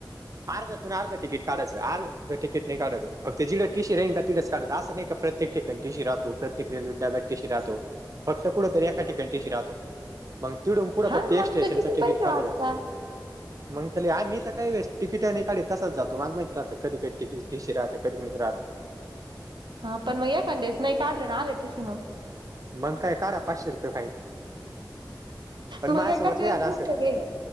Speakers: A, on the right; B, on the right.
A: अर्धातुन अर्धा तिकिट काढयाचं अर्ध तिकीट नाही काढायाच ते जि टीशी का तिच काढायचं की असं नाही का प्रत्ये ठिकठिकाणी टिशी राहतो, प्रत्येक रेल्वे टब्यात टिशी राहतो, फक्त कुठंतरी एका ठिकाणी टिशी राहतो. मग तिडून पुढं
B: हा
A: फक्त एक
B: मग
A: स्टेशनच
B: तर किती
A: तिकीट
B: पैसे
A: काढायचाय
B: वाचता
A: मग तेल आमी ते काही वेस्ट तिकिटा आणि काढ तसाच जातो माग माहित राहत कधी कधीतीकीट टशी राहते कधी नाही राहत.
B: हा पण म एकांद्या देस नाही काढले ना आले टीशी म
A: मगकाय काढा पाचशे रुपये फाईन. पण
B: म
A: माझ्यासोबत
B: एकाच
A: नाही
B: वेस
A: झालं
B: दे
A: असं.
B: सगळे